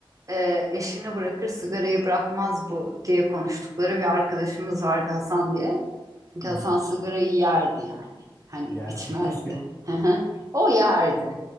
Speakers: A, on the right; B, on the left.
A: e, eşini bırakır sigarayı bırakmaz bu diye konuştukları bir arkadaşımız vardı Hasan diye. Çünkü
B: Hı
A: Hasan
B: hı.
A: sigarayı yerdi yani. Hani
B: Yerde.
A: içmezdi.
B: <laughs>
A: <laughs> Hı hı. O yerdi.